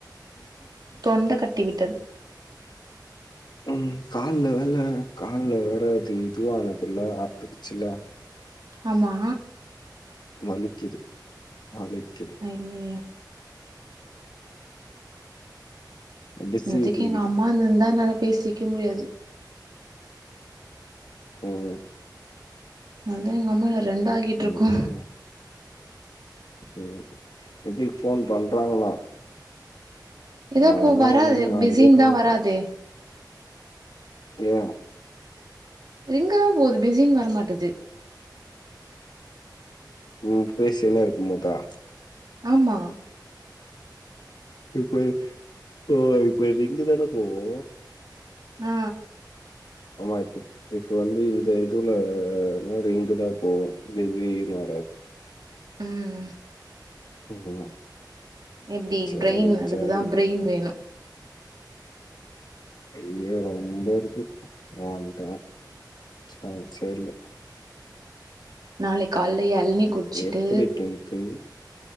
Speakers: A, on the right; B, on the left.
A: தொண்டை கட்டி விட்டது
B: ம் கால்ல வல கால்ல வற அது இதுவ ஆனதுல்ல அறுத்துக்குச்சி ல்ல
A: ஆமா
B: வலிக்குது வலிக்குது
A: அய்யயோ
B: அப்டியே
A: இன்னத்துக்கு
B: சீவு புடிக்குது
A: எங்க அம்மா இருந்திருந்தா பேசிக்க முடியாது
B: ம்
A: அவ்ளோதா எங்க அம்மா என்ன ரெண்ட ஆகிட்டு இருக்கோ
B: அதனால ம் நத்திக் போன் பண்றாங்களா
A: ஏதா
B: அவழதான்
A: போ வராது
B: வந்து நாலிகே
A: பிஸின்னு
B: கழது
A: தா வராதே
B: ஏ
A: ரிங்கு தான் போது பிஸின்னு வரமாட்டது
B: ம் பேசினே இருக்குமோதா
A: ஆமா
B: இப்ப ஓ இப்போ ரிங்கு தானே போவோ
A: ஆ
B: ஆமா இப்ப இப்ப வந்து இந்த இதுல என்ன ரிங்குதான் போவோ பிசினு வராது து
A: ம் ம்
B: ம்
A: எப்டி
B: சரி,
A: பிரெயின் அதுக்குதா
B: சரி.
A: பிரெயின் வேணு
B: ஐய ரொம்ப இருக்கு ஓன்டதா சான்சே இல்ல
A: நாளை கால்ல எளநி குடிச்சுட்டு
B: எப்படி டிங்கிள்?